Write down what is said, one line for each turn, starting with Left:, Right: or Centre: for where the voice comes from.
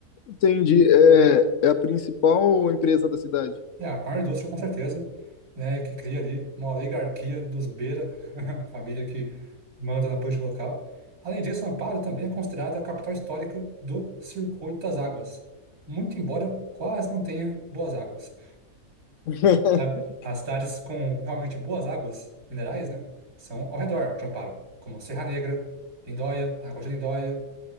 Left: Entendi. É, é a principal empresa da cidade.
Right: É, a maior indústria, com certeza, né, que cria ali uma oligarquia dos Beira, <laughs> a família que manda na política local. Além disso, Amparo também é considerada a capital histórica do Circuito das Águas, muito embora quase não tenha boas águas.
Left: <laughs>
Right: A- As cidades com realmente boas águas minerais, né, são ao redor de Amparo, como Serra Negra, Lindóia, Águas de Lindóia,